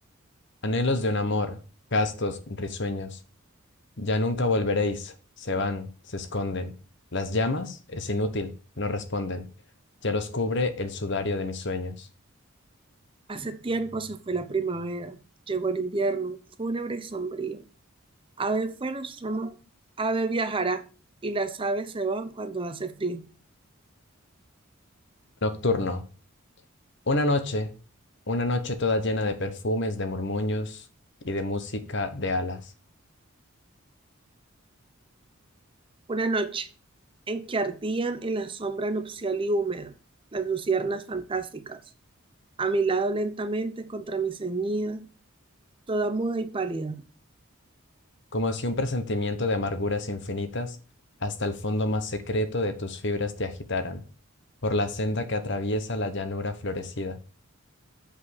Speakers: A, on the left; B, on the right.
A: Anhelos de un amor, gastos, risueños, ya nunca volveréis, se van, se esconden. Las llamas, es inútil, no responden, ya los cubre el sudario de mis sueños.
B: Hace tiempo se fue la primavera, llegó el invierno, fúnebre y sombrío. Ave fue nuestro amor, ave viajará, y las aves se van cuando hace frío.
A: Nocturno, una noche, una noche toda llena de perfumes, de murmullos y de música de alas.
B: Una noche en que ardían en la sombra nupcial y húmeda las luciernas fantásticas, a mi lado lentamente contra mi ceñida, toda muda y pálida,
A: como si un presentimiento de amarguras infinitas hasta el fondo más secreto de tus fibras te agitaran, por la senda que atraviesa la llanura florecida,